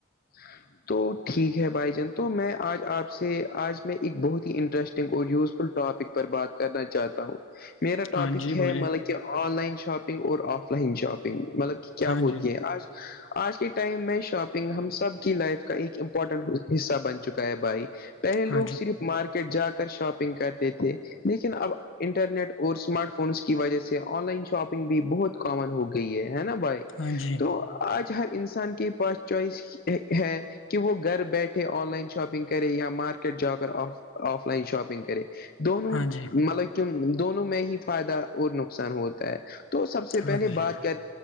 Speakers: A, on the left (about 50°); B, on the left (about 70°).
A: ہاں <inaudible> تو ٹھیک ہے بھائی جان تو میں آج آپ سے آج میں ایک بہت ہی انٹرسٹنگ اور یوزفل ٹاپک پر بات کرنا چاہتا ہوں میرا ٹاپک
B: ہاں جی
A: ہے
B: بولیے
A: مل آن لائن شاپنگ اور آف لائن شاپنگ مطلب کہ کیا
B: ہاں
A: ہوتی
B: جی
A: ہے آج آج کے ٹائم میں شاپنگ ہم کی لائف کا ایک امپورٹنٹ حصہ بن چکا ہے بھائی پہلے لوگ
B: ہاں جی
A: صرف مارکی جا کر شاپنگ کرتے تھے لیکن اب انٹرنیٹ اور اسمارٹ فون فون کی وجہ سے آن لائن شاپنگ بھی بہت کامن ہو گئی ہے نا بھائی
B: ہاں جی
A: تو آج ہر انسان کے پاس چوائس ہے کہ وہ گھر بیٹھے آن لائن شاپنگ کرے یا مارکیٹ جا کر offline offline shopping کرے دونوں
B: ہاں جی
A: مطلب کی دونوں میں ہی فائدہ اور نقصان ہوتا ہے تو سب سے
B: ہاں
A: پہلے
B: جی
A: بات کر